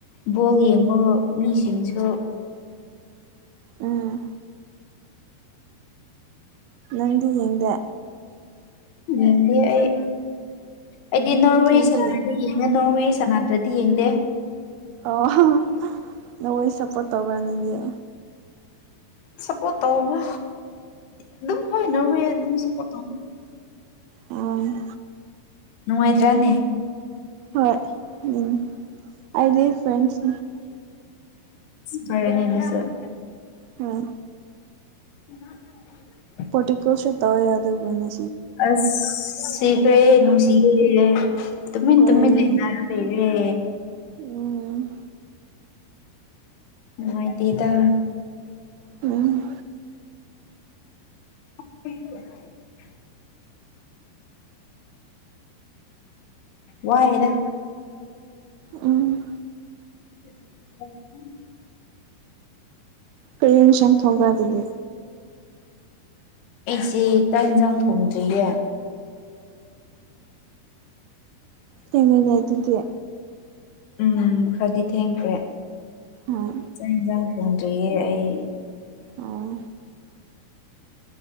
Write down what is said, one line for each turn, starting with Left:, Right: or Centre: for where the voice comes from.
Left: ꯕꯣꯛ ꯌꯦꯡꯕ ꯃꯤꯁꯤꯡꯁꯨ
Right: ꯎꯝ ꯅꯪꯗꯤ ꯌꯦꯡꯗꯦ
Left: ꯌꯦꯗꯤ ꯑꯩ ꯑꯩꯗꯤ ꯅꯋꯁ
Right: ꯀꯔꯤꯒꯤ
Left: ꯅꯉ ꯅꯣꯡꯋ ꯁꯅꯥꯇ꯭ꯔꯗꯤ ꯌꯦꯡꯗꯦ
Right: ꯑꯣ ꯅꯈꯣꯏ ꯁꯞꯄꯣꯔꯠ ꯇꯧꯧꯕ꯭ꯔꯥ ꯅꯁꯦ
Left: ꯁꯞꯄꯣꯔꯠ ꯇꯧꯕ ꯑꯗꯨꯝ ꯍꯣꯏꯅ ꯍ ꯑꯗꯨꯝ ꯁꯞꯄꯣꯔꯠ ꯇꯧꯕ
Right: ꯎꯝ
Left: ꯅꯨꯡꯉꯥꯏꯇ꯭ꯔꯅꯦ
Right: ꯍꯣꯏ ꯎꯝ ꯑꯩꯗꯤ ꯐ꯭ꯔꯁ
Left: ꯐꯔꯅꯦꯗꯤꯁꯔ
Right: ꯎꯝ
Left: ꯎ
Right: ꯄꯔꯇꯤꯀꯜꯁꯤ ꯇꯧꯏ ꯑꯗꯒꯅꯤ
Left: ꯑꯁ ꯁꯤꯈ꯭ꯔꯦ ꯅꯨꯡ ꯁꯤꯌꯦ ꯇꯨꯃꯤꯟ
Right: ꯍꯣꯏ
Left: ꯇꯃꯤꯟ ꯂꯩꯅꯔ ꯂꯩꯔꯦ
Right: ꯎꯝ
Left: ꯅꯨꯉꯥꯢ ꯇꯦꯗ
Right: ꯎꯝ
Left: <inaudible> ꯋꯥꯏꯗ
Right: ꯎꯝ
Left: ꯎꯝ
Right: ꯀꯩꯏꯡꯁꯪ ꯊꯧꯕ꯭ꯔ ꯑꯗꯨꯗꯤ
Left: ꯑꯩꯁꯦ ꯆꯥꯛ ꯏꯟꯁꯥꯡ ꯊꯣꯡꯗ꯭ꯔꯤꯌꯦ
Right: ꯊꯦꯡꯉꯅꯦ ꯑꯗꯨꯗꯒꯤ
Left: ꯎꯝ ꯈꯔꯗꯤ ꯊꯦꯡꯈ꯭ꯔꯦ
Right: ꯍꯣꯏ
Left: ꯆꯥꯛ ꯏꯟꯁꯥꯡ ꯊꯣꯡꯗ꯭ꯔꯤꯌꯦ ꯑꯩ
Right: ꯑꯣ